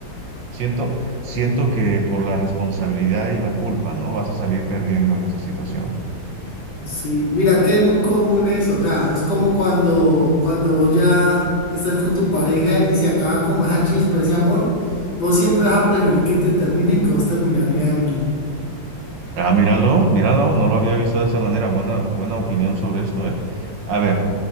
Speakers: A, on the right (about 70°); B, on the left (about 85°).
A: Siento, siento que por la responsabilidad y la culpa, ¿no? Vas a salir perdiendo en esa situación.
B: sí. Mira que es muy común eso. O sea, es como cuando, cuando vos ya estás con tu pareja y se acaba como esa chispa, ese amor, vos siempre vas a preferir que te terminen que vos terminarle a alguien.
A: Ah, míralo, míralo, no lo había visto de esa manera. Buena, buena opinión sobre esto, ¿eh? A ver,